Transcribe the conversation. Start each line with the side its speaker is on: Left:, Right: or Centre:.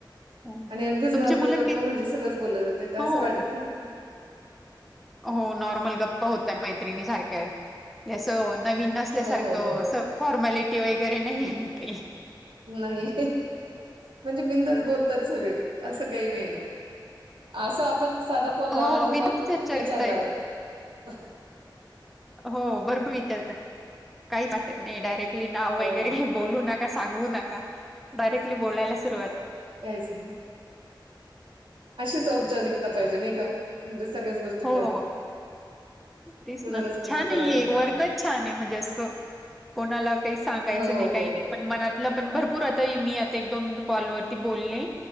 Centre: हो.
Right: आणि अगदीच
Centre: तुमची
Right: नॉर्मल
Centre: मुलं
Right: गप्पा
Centre: कि
Right: म्हणेजे, सगळंच बोललं जाते
Centre: हो
Right: असं वाटत नाही कि
Centre: हो नॉर्मल गप्पा होत्या मैत्रिणीसारख्या, हे अस नवीन असल्यासारखं
Right: हो हो
Centre: फॉर्मॅलिटी वगैरे नाही आहे काही,
Right: नाही.... म्हणजे बिंदास बोलतात सगळे असं काही नाही. असं, आपण साधा फोन लावला
Centre: हो
Right: तर,
Centre: बिनधास्त
Right: मग
Centre: विचारताय
Right: विचारणार आहेत.
Centre: हो भरपूर विचारतात, काहीच वाटत नाही डायरेक्टली नाव
Right: हो
Centre: वगैरे बोलू नका, सांगू नका. डायरेक्टली बोलायला सुरुवात
Right: काहीच नाही अशीच औपचारिकता पाहिजे, नाही का? म्हणजे सगळया गोष्टींमध्ये
Centre: हो तेच
Right: कुणालाच
Centre: ना,
Right: परकेपणा
Centre: छान आहे
Right: वाटणार
Centre: हे वर्कच
Right: नाही.
Centre: छान आहे, म्हणजे असं कोणाला काही सांगायचं
Right: हो
Centre: नाही काही
Right: हो.
Centre: नाही, पण मनात ल पण भरपूर आता मी आता एक दोन कॉलवरती बोलले,